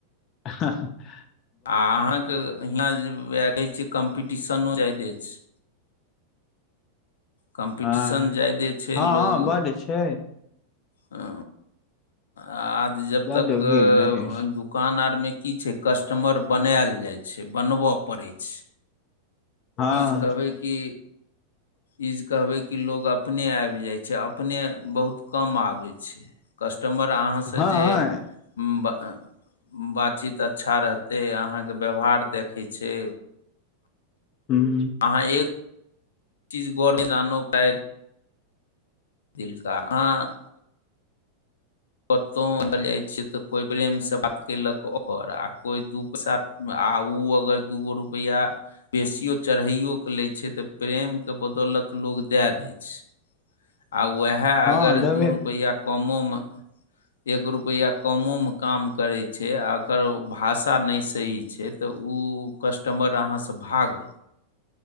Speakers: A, on the left (about 35°); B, on the left (about 65°).
A: <unintelligible>
B: आ अहाँके हियाँ जे उएह कहै छियै, कम्पीटिशनो जाद अछि। कम्पीटिशन
A: हँ
B: जादे छै,
A: हँ
B: लोक
A: बड्ड छै
B: ह आज जब
A: बड्ड
B: तक दु
A: भीड़ रहै छै
B: दुकान आर मे की छै, कस्टमर बनायल जाय छै, बनबऽय पड़े छै।
A: हँ
B: ई जे कहबै कि ई जे कहबै कि लोग अपने आऐब जाइ छै, अपने बहुत कम आबै छै। कस्टमर अहाँसे
A: हँ
B: जे ब बातचीत अच्छा रहतै, अहाँके व्यवहार देखै छै।
A: हूँ।
B: अहाँ एक चीज गौर ने जानो पाएब। दिलका हँ। कतहु जाइत छियै तऽ, कोइ प्रेमसँ बात कयेलक ओकर आ कोइ दू पैसा आ ओ अगर दूगो रुपैआ बेसियओ चढ़ैओ कऽ लै छै तऽ प्रेमके बदौलत लोक दए दै छै। आ उएह
A: हँ
B: अगर
A: देबे
B: दू रुपैआ कमोमे एक रुपआ कमो में काम करे छै, आ एककर भाष आ नहि सही छै, तऽ ओ कस्टमर अहाँ भाग